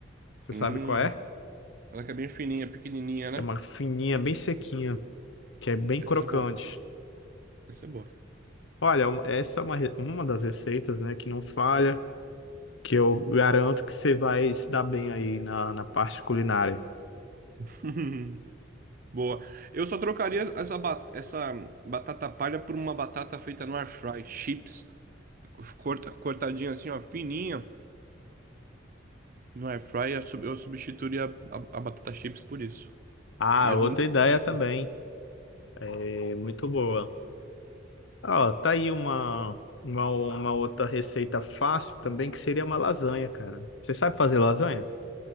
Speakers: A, on the left; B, on the right.
A: Você
B: Hum,
A: sabe qual é?
B: ela que é bem fininha, pequenininha, né?
A: É uma fininha, bem sequinha, que é bem
B: Essa
A: crocante.
B: é boa. Essa é boa.
A: Olha, uma- essa é uma, re- uma das receitas, né, que não falha, que eu garanto que você vai se dar bem aí na, na parte culinária.
B: <laughs> Boa. Eu só trocaria essa, ba- essa batata palha por uma batata feita no air fry, chips, corta, cortadinha assim, ó, fininha. No air fry eu sub- eu substituiria a, a batata chips por isso.
A: Ah,
B: Mas
A: outra
B: muito
A: ideia
B: bom.
A: também, é muito boa. Ó, tá aí uma, uma, uma outra receita fácil também, que seria uma lasanha, cara. Você sabe fazer lasanha?